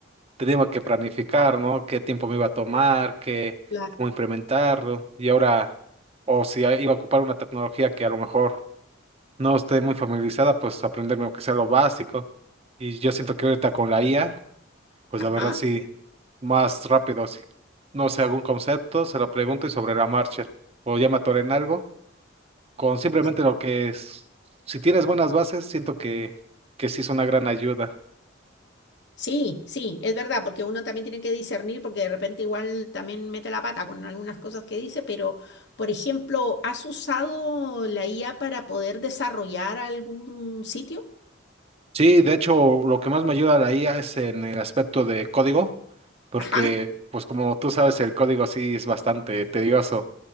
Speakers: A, on the right (about 30°); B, on the left (about 60°).
A: tenía que planificar, ¿no? Qué tiempo me iba a tomar, qué,
B: Claro.
A: cómo implementarlo. Y ahora, o si iba a ocupar una tecnología que a lo mejor no esté muy familiarizada, pues aprenderme aunque sea lo básico. Y yo siento que ahorita con la IA, pues
B: Ajá.
A: la verdad sí, más rápido, si no sé algún concepto, se lo pregunto y sobre la marcha. O ya me atoré en algo, con simplemente
B: Sí.
A: lo que es, si tienes buenas bases, siento que, que sí es una gran ayuda.
B: Sí, sí, es verdad, porque uno también tiene que discernir, porque de repente igual también mete la pata con algunas cosas que dice, pero, por ejemplo, ¿has usado la IA para poder desarrollar algún sitio?
A: Sí, de hecho, lo que más me ayuda la IA es en el aspecto de código, porque,
B: Ajá,
A: pues como tú sabes, el código sí es bastante tedioso.